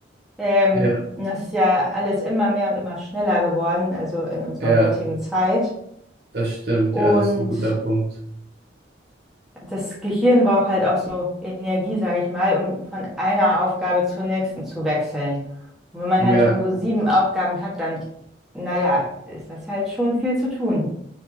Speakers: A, in the centre; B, on the right.
A: Ähm,
B: Ja,
A: das ist ja alles immer mehr und immer schneller geworden, also in unserer
B: ja,
A: heutigen Zeit.
B: das stimmt,
A: Und
B: ja, das ist ein guter Punkt.
A: das Gehirn braucht halt auch so Energie, sage ich mal, um von einer Aufgabe zur nächsten zu wechseln. Und wenn man
B: Ja,
A: halt schon so sieben Aufgaben hat, dann, naja, ist das halt schon viel zu tun.